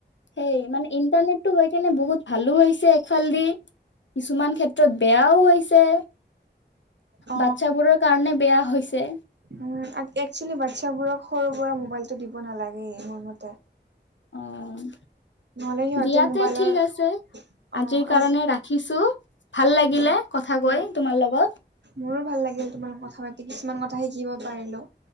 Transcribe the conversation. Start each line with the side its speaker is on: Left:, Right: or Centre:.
Left: সেই মানে ইণ্টাৰনেটতো হৈ কেনে বহুত ভালো হৈছে, একফাল দি কিছুমান ক্ষেত্ৰত বেয়াও হৈছে।
Right: অ
Left: বাচ্ছাবোৰৰ কাৰণে বেয়া হৈছে।
Right: উম, একচুৱেলি বাচ্ছাবোৰক সৰুৰ পৰা মোবাইলটো দিব নালাগেই মোৰ মতে।
Left: অ',
Right: নহ'লে সিহঁতে
Left: দিয়াতে
Right: মোবাইলৰ
Left: ঠিক আছে?
Right: অ
Left: আজিৰ কাৰণে
Right: আজি
Left: ৰাখিছো, ভাল লাগিলে
Right: অ
Left: কথা কৈ
Right: মোৰ
Left: তোমাৰ লগত।
Right: মোৰো ভাল লাগিল তোমাল কথা পাতি, কিছুমান কথা শিকিব পাৰিলো।